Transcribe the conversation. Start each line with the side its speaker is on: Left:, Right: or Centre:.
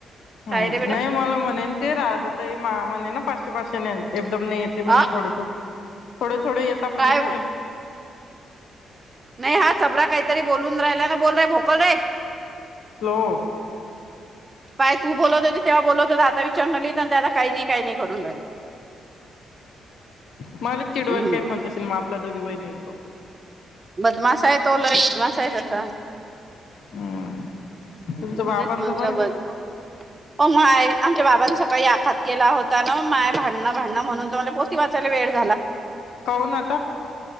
Right: काय
Left: ह
Right: रे बेटा
Left: नाही मला म्हणेन ते राधा तई मा म्हणे ना पाचशे पाचशे एकदम नाहीेत. म्हणे
Right: अ
Left: थोडे थो थोडे थोडे येतात
Right: काय
Left: म्हणे ना.
Right: नाही हा चपड काहीतरी बोलून राहिला ना बोल र भोकल रे.
Left: स्लो.
Right: पाय तू बोलत तेव्हा बोलत हो आता विचार राहिली ते आता काही नाही काही नाही करून राहील.
Left: मला चिडवायल
Right: हम्म
Left: काय म्हणताशेल मग आपला दोघी बाहिना तो
Right: बदमास आहे ती लई बदमासा आहे तसा
Left: हम्म
Right: मी
Left: तुमचं बाबांचं
Right: तेच म्हटलं
Left: बरं
Right: <unintelligible> हो माय आमच्या बाबांनी सकाळी आखात केला होता ना माय भांडणं भांडणं म्हणून तुम्हाला पोती वाचायला वेळ झाला.
Left: कवून आता.